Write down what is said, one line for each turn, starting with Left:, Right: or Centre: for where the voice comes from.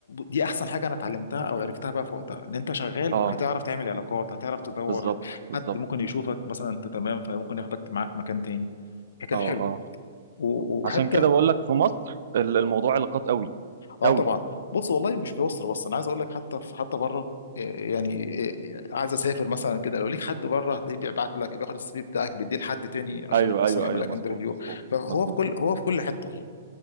Left: دي احسن حاجه انا اتعلمتها او عرفتها بقى في وقتها ان انت شغال
Right: اه
Left: هتعرف تعمل علاقات هتعرف تدور
Right: بالظبط
Left: هت...
Right: بالظبط
Left: حد ممكن يشوفك مثلا انت تمام فممكن ياخدك معاه في مكان تاني فكان
Right: اه
Left: حلو
Right: اه
Left: و- وحتى
Right: عشان كده بقول لك في مصر ال- الموضوع علاقات قوي
Left: اه
Right: قوي
Left: طبعا بص والله مش في مصر بس انا عايز اقول لك حتى في حتى بره إيه يعني إيه عايز اسافر مثلا كده لو ليك حد بره هتلاقيه بيبعت لك بياخد السي في بتاعك بيديه لحد تاني عشان
Right: ايوه
Left: مثلا
Right: ايوه
Left: يعمل
Right: ايوه
Left: لك
Right: مظبوط
Left: انترفيو
Right: مظبوط
Left: فهو
Right: مظبوط
Left: في كل هو في كل حته يعني